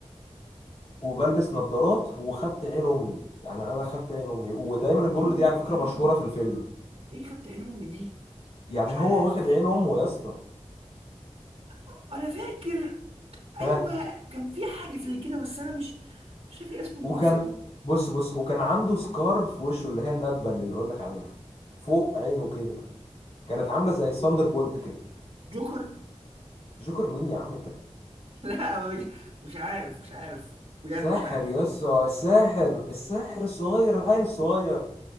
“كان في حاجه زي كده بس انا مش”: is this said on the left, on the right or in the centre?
Right